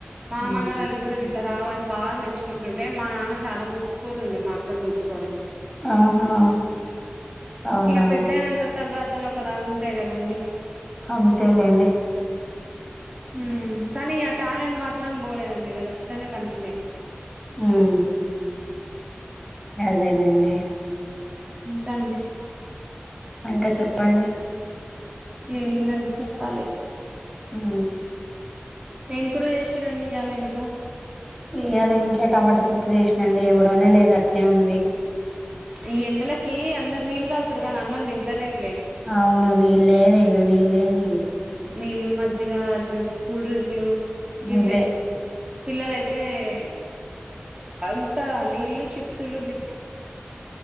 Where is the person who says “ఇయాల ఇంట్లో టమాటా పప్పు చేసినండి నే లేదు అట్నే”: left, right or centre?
Centre